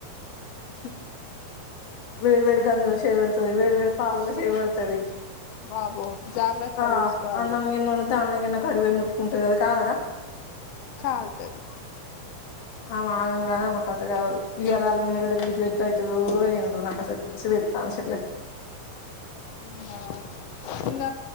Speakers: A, on the left (about 80°); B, on the left (about 65°).
A: ఉమ్.
B: వేడి వేడి గంజి లో చెయ్యి పెడతాది వేడి వేడి పాలలో చెయ్యి పెడతాది.
A: బాబో జాగ్రత్తగా
B: ఆహ్
A: చూసుకోవాలి
B: అన్నం గిన్న వండితే అన్నంగీనే. కడివే ముట్టుకుంటది అది కాలదా.
A: కాల్తది.
B: ఆమె ఆగం కాదు అమే కథ కాదు ఇయళ్ళ అల్లం ఎల్లిగడ్డ తీసిన ఎట్ల అయితదో ఏముంటాదో నాకు అసలు పిచ్చి లేసు. ఎంత ఆశట్లే.
A: అవునా ఆహ్ అవున